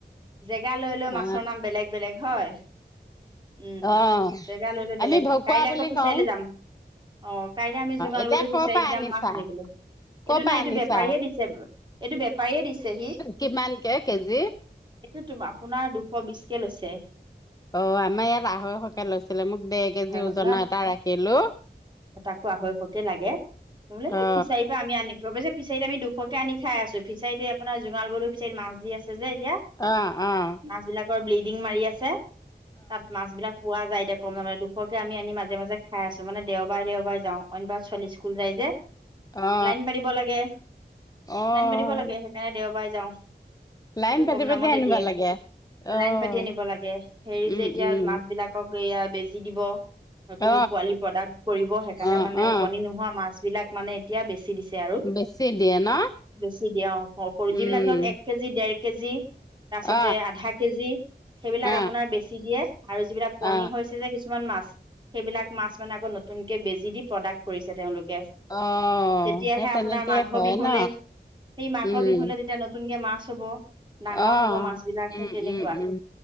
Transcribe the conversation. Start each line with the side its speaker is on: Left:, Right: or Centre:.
Right: জেগা লৈ লৈ
Left: অ
Right: মাছৰ নাম বেলেগ বেলেগ হয়। উম,
Left: অ
Right: জেগা লৈ লৈ
Left: আমি
Right: বেলেগ,
Left: ভকুৱা
Right: কাইলে
Left: বুলি
Right: আকৌ ফিচাৰীলে
Left: কওঁ
Right: যাম। অ, কাইলৈ আমি জোঙা
Left: এতিয়া
Right: লবলৈ
Left: কৰ
Right: ফিচাৰীত
Left: পৰা
Right: যাম
Left: আনিছা
Right: মাছ আনিবলৈ।
Left: কৰ
Right: এইটো
Left: পৰা
Right: নাই এইটো
Left: আনিছা
Right: বেপাৰীয়ে দিছে। এইটো বেপাৰীয়ে দিছে সি
Left: কিমানকে কেজি?
Right: এইটো তোম, আপোনাৰ দুশ বিশকে লৈছে।
Left: অ, আমাৰ ইয়াত আঢ়ৈশকে লৈছিলে মোক দেৰ কেজি
Right: হয়
Left: ওজনৰ
Right: হয় ন
Left: এটা ৰাখিলো।
Right: তাকো আঢ়ৈশকে লাগে বোলে সেই
Left: অ
Right: ফিচাৰীৰ পৰা আমি আন অৱশ্যে ফিচাৰীত আমি দুশকে আনি খাই আছো, ফিচাৰীত এই আপোনাৰ জোঙাল বোলো ফিচাৰীত মাছ দি আছে। যে এতিয়া,
Left: অ অ
Right: মাছবিলাকৰ ব্লিডিং মাৰি আছে তাত মাছবিলাক পোৱা যায়। এতিয়া কম যামানে দুশকে আমি আনি মাজে-মাজে খাই আছো, মানে দেওবাৰে-দেওবাৰে যাও, অইন বাৰত ছোৱালী স্কুল যায় যে।
Left: অ
Right: লাইন পাতিব লাগে,
Left: অ
Right: লাইন পাতিব লাগে,
Left: অ
Right: সেইকাৰণে দেওবাৰে যাওঁ
Left: লাইন
Right: সেইটো
Left: পাতি
Right: কম দামতে
Left: পাতি আনিব
Right: দিয়ে।
Left: লাগে অহ
Right: লাইন পাতি আনিব লাগে, হেৰি
Left: উম
Right: যে এতিয়া
Left: উম
Right: মাছ বিলাকক য়া বেজি দিব, নতুন
Left: অ
Right: পোৱালি প্ৰডাক্ট কৰিব, সেইকাৰণে
Left: অ
Right: মানে
Left: অ
Right: কণী নোহোৱা মাছ বিলাক মানে এতিয়া বেছি দিছে আৰু
Left: বেছি দিয়ে ন
Right: বেছি দিওঁ খ
Left: উম
Right: যিবিলাক ধৰক এক কেজি, দেৰ কেজি তাৰ পাছতে
Left: অ
Right: আধা কেজি সেইবিলাক
Left: অ
Right: আপোনাৰ বেছি দিয়ে আৰু যিবিলাক কণী
Left: অ
Right: হৈছে যে কি কিছুমান মাছ সেইবিলাক মাছ মানে আকৌ নতুনকে বেজি দি প্ৰডাক্ট কৰিছে তেওঁলোকে
Left: অ
Right: তেতিয়াহে
Left: সেই তেনেকে
Right: আপোনাৰ মাঘৰ
Left: কয়
Right: বিহুলে
Left: ন
Right: সেই মাঘৰ
Left: উম
Right: বিহুে তেতিয়া নতুনকে মাছ হ'ব ডাঙৰ
Left: অ
Right: হব মাছ বিলাক
Left: উম
Right: সেই তেনেকুৱা
Left: উম উম